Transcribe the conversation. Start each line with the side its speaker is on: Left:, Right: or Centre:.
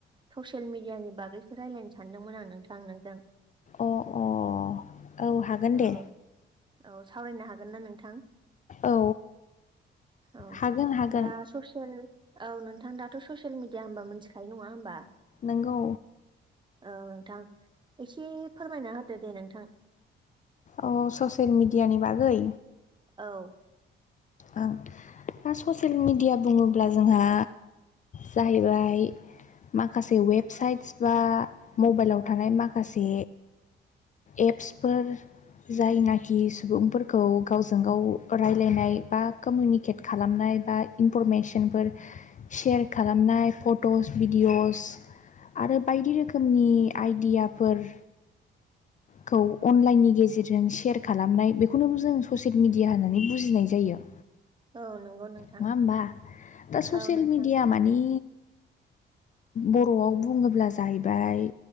Right: ससियेल मिडियानि बागैसो रायजलायनो सानदोंमोन आं नोंथां नोंजों।
Left: अ अ औ हागोन
Right: औ
Left: दे।
Right: औ सावरायनो हागोन ना नोंथां?
Left: औ
Right: औ
Left: हागोन हागोन
Right: दा ससियेल औ नोंथां दाथ' ससियेल मिडिया होमबा मिथिखायो नङा होनोमबा
Left: नोंगौ।
Right: औ नोंथां एसे फोरमायना होदो दे नोंथां।
Left: अ ससियेल मिडियानि बागै।
Right: औ।
Left: ओं दा ससियेल मेडिया बुङोब्ला जोंहा जाहैबाय माखासे वेबसाइटस बा मबाइलाव थानाय माखासे एप्सफोर जायनाखि सुबुंफोरखौ गावजों गाव रायलाय बा कमिनिक केट खालामनाय बा इनफरमेसनफोर सेयार खालामनाय फट'स भिडिअ'स आरो बायदि रोखोमनि आइदियाफोर खौ अनलाइननि गेजेरजों सेयार खालामनाय बेखौनोबो जों ससियेल मिडिया होननानै बुजिनाय जायो
Right: औ नंगौ नोंथां
Left: नङा होमबा दा ससियेल
Right: औ नोंथां
Left: मिडिया माने
Right: <inaudible>
Left: बर'आव बुङोब्ला जाहैबाय